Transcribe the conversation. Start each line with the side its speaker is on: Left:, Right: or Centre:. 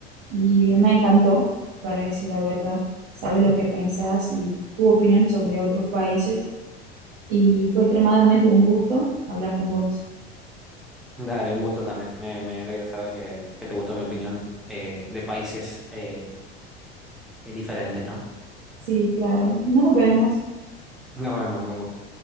Right: Y me encantó, para decir la verdad. Sabes lo que pensás y tu opinión sobre otros países. Y fue extremadamente un gusto hablar con vos.
Centre: <laughs> Dale, un gusto también, me, me alegra saber que, que te gustó mi opinión eh, de países eh, eh, diferentes, ¿no?
Right: Sí, claro. Nos vemos.
Centre: Nos vemos, un gusto.